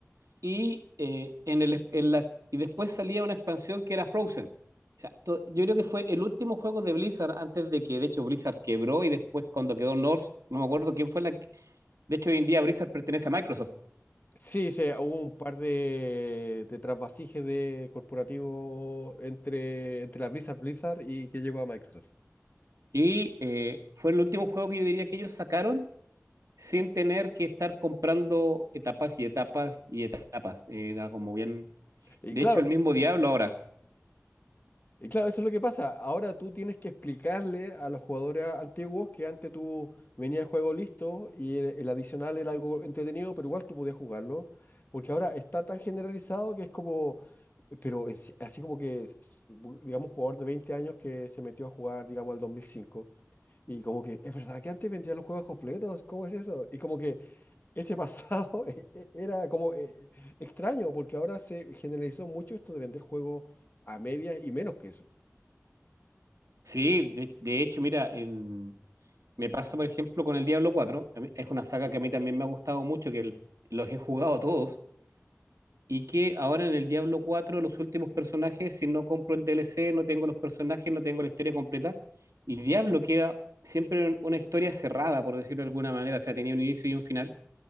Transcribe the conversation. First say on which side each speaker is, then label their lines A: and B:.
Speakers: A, on the right; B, on the left.
A: y, eh, en el, en la, y después salía una expansión que era Frozen. O sea, to- yo creo que fue el último juego de Blizzard antes de que, de hecho, Blizzard quebró y después cuando quedó North, no me acuerdo quién fue la... que- De hecho, hoy en día Blizzard pertenece a Microsoft.
B: Sí, sí, hubo un par de, de trasvasijes de corporativo entre, entre la Blizzard Blizzard y que llegó a Microsoft.
A: Y eh, fue el último juego que yo diría que ellos sacaron sin tener que estar comprando etapas y etapas y etapas. Era como bien...
B: Y
A: De
B: claro,
A: hecho, el mismo Diablo ahora.
B: Y claro, eso es lo que pasa. Ahora tú tienes que explicarle a los jugadores antiguos que antes tú venía el juego listo y el, el adicional era algo entretenido, pero igual tú podías jugarlo, porque ahora está tan generalizado que es como, pero es así como que, es- es, bu- digamos, un jugador de 20 años que se metió a jugar, digamos, al 2005 y como que, es verdad que antes vendían los juegos completos, ¿cómo es eso? Y como que ese pasado <laughs> e- e- era como eh, extraño, porque ahora se generalizó mucho esto de vender juegos a medias y menos que eso.
A: Sí, de, de hecho, mira, en, Me pasa, por ejemplo, con el Diablo 4. A mí- es una saga que a mí también me ha gustado mucho, que el- los he jugado todos. Y que ahora en el Diablo 4, los últimos personajes, si no compro el DLC, no tengo los personajes, no tengo la historia completa. Y Diablo queda siempre en una historia cerrada, por decirlo de alguna manera. O sea, tenía un inicio y un final.